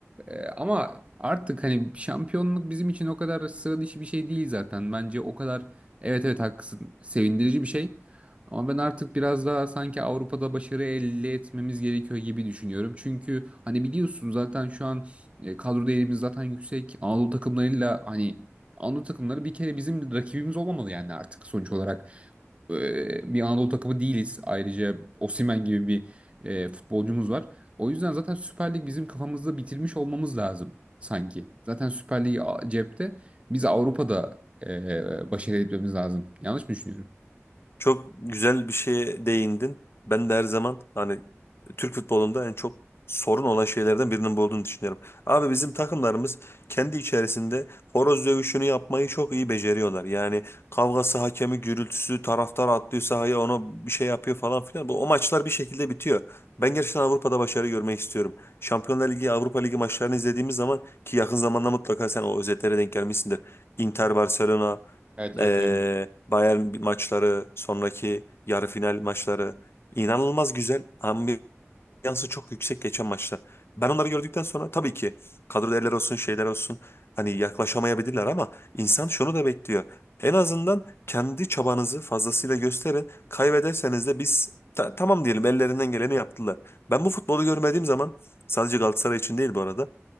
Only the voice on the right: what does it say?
Ee, ama artık hani şampiyonluk bizim için o kadar sıra dışı bir şey değil zaten. Bence o kadar evet evet haklısın sevindirici bir şey. Ama ben artık biraz daha sanki Avrupa'da başarı elde etmemiz gerekiyor gibi düşünüyorum. Çünkü hani biliyorsun zaten şu an e, kadro değerimiz zaten yüksek. Anadolu takımlarıyla hani Anadolu takımları bir kere bizim rakibimiz olmamalı yani artık sonuç olarak e, bir Anadolu takımı değiliz. Ayrıca Osimhen gibi bir e, futbolcumuz var. O yüzden zaten Süper Lig bizim kafamızda bitirmiş olmamız lazım sanki. Zaten Süper Lig a- cepte. Biz Avrupa'da e, başarı etmemiz lazım. Yanlış mı düşünüyorum?
Evet evet
öyle.